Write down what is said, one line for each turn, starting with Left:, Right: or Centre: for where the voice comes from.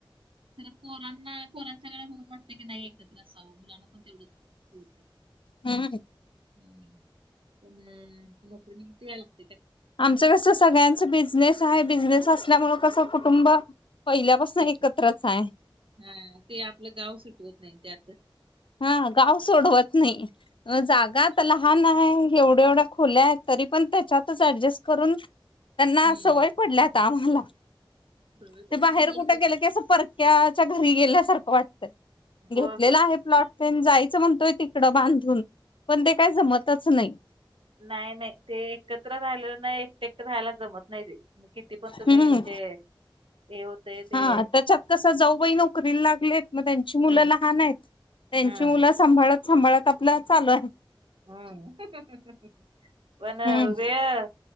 Right: खर पोरांना पोरांच्याडे वाटतं की नाही एकत्र असावं मुलांना पण तेवढंच हम् ह
Left: हम्
Right: अन ऎंटिलेजेबल
Left: आमचं कसं सगळ्यांच बिझनेस आहे बिझनेस असल्यामुळे कसं कुटुंब पहिल्यापासून
Right: एक
Left: एकत्रच आहे
Right: हा ते आपलं गाव सुटवत नाही त्यात
Left: हा गाव सोडवत नाही जागा तर लहान आहे एवढे एवढ्या खोल्यात तरी पण त्याच्यातच अऍडजस्ट करून त्यांना
Right: हम्म
Left: सवय पडल्यात आम्हाला
Right: सवय
Left: ते
Right: पण
Left: बाहेर
Right: म्हणली
Left: कुठं गेल की असं परक्याच्या घरी गेल्यासारखं वाटत.
Right: होय
Left: घेतलेला
Right: होय
Left: आहे प्लॉट प जायचं म्हणतोय तिकडं बांधुन पण ते काही जमतच नाही.
Right: नाही नाही ते एकत्र राहीलेल नाही झालं एकट एकट राहायला जमत नाही. मग किती पण तुम्ही
Left: हम्म
Right: म्हणजे हे होतय ते
Left: हा त्याच्यात कस जाऊबाई नोकरी लागले. मग त्यांची मुलं
Right: हम्म
Left: लहान आहेत त्यांची
Right: हम्म
Left: मुल सांभाळत सांभाळत आपलं चालु आहेत.
Right: हम्म पण
Left: हम्म.
Right: वेळ